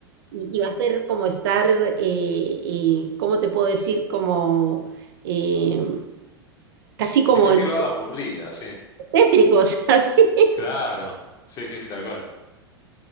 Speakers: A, on the right; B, on the left.
A: Y, y va a ser como estar, eh, eh, ¿cómo te puedo decir? Como eh, casi como
B: En cualquier
A: en
B: lado aburrida, sí.
A: tétricos, <laughs> así.
B: Claro. Sí, sí, sí, tal cual.